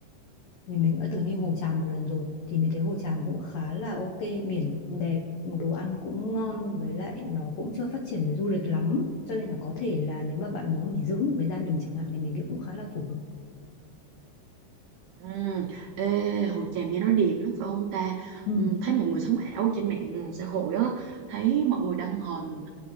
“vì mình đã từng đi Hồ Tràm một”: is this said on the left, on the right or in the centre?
Left